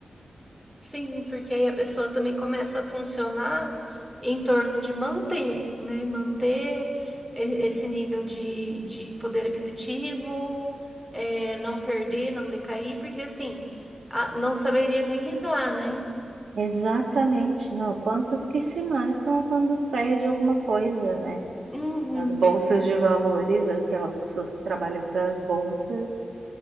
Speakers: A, in the centre; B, on the right.
A: Sim, porque aí a pessoa também começa a funcionar em torno de manter, né? Manter e- esse nível de, de poder aquisitivo, é, não perder, não decair, porque assim, a- não saberia nem lidar, né?
B: Exatamente, não. Quantos que se matam quando perde alguma coisa, né?
A: Uhum.
B: As bolsas de valores, aquelas pessoas que trabalham para as bolsas,